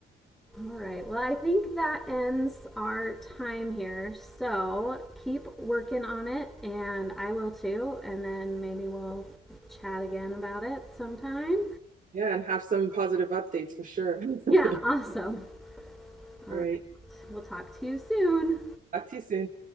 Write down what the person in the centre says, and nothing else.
All right. Well, I think that ends our time here. So keep working on it, and I will too. And then maybe we'll chat again about it sometime.
Yeah,
awesome. All
right.
We'll talk to you soon.